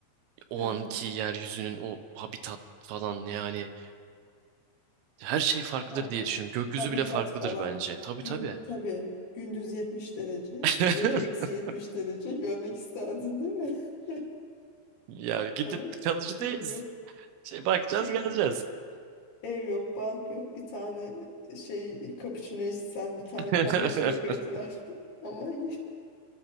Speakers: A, on the right (about 85°); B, on the left (about 60°).
A: o
B: Ha,
A: anki yeryüzünün o habitat falan yani her şey farklıdır
B: ha,
A: diye düşünüyorum. Gökyüzü
B: habitat
A: bile farklıdır
B: falan.
A: bence. Tabii
B: Gü
A: tabii.
B: tabii gündüz 70 derece,
A: <laughs>
B: gece eksi 70 derece görmek isterdin değil mi? <laughs>
A: Ya gidip
B: Ha,
A: kalıcı
B: Şey
A: değiliz.
B: yok.
A: Şey bakacağız
B: Şey
A: geleceğiz.
B: değil. Ev yok, balk yok. Bir tane e, şey cappuccino içsen bir tane
A: <laughs>
B: kahveci yok etrafta. <laughs> Ama <laughs>